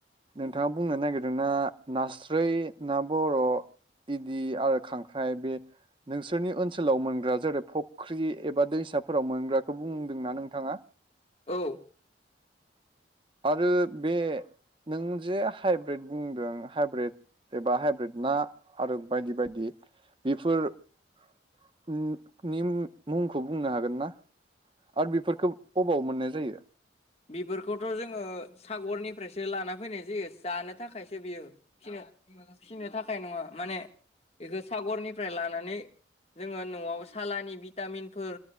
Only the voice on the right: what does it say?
नोंथाङा बुंनो नागिरदोंना नास्राय ना बर' इदि आरो खांख्राइ बे नोंसोरनि ओनसोलाव मोनग्रा जेरै फुख्रि एबा दैसाफोराव मोनग्राखौ बुंदोंना नोंथाङा
आरो बे नों जे हाइब्रिद बुंदों हाइब्रिद एबा हाइब्रिद ना आरो बायदि-बायदि बेफोरनि नि मुंखौ बुंनो हागोन ना आरो बेफोरखो बबाव मोननाय जायो।